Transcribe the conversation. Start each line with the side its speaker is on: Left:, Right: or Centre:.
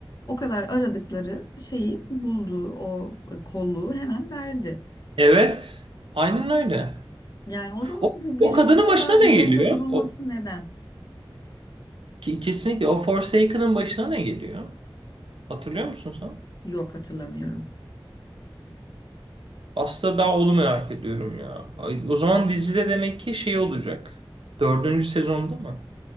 Left: o kadar aradıkları şeyi buldu, o kolluğu hemen verdi.
Right: Evet. Aynen öyle.
Left: Yani o zaman
Right: O,
Left: bu gücün
Right: o kadının
Left: bu kadar
Right: başına ne
Left: üzerinde
Right: geliyor?
Left: durulması
Right: O,
Left: neden?
Right: ki- kesinlikle o Forsaken'ın başına ne geliyor? Hatırlıyor musun sen?
Left: Yok hatırlamıyorum.
Right: Aslında ben onu merak ediyorum ya. Ay, O zaman dizide demek ki şey olacak. Dördüncü sezonda mı?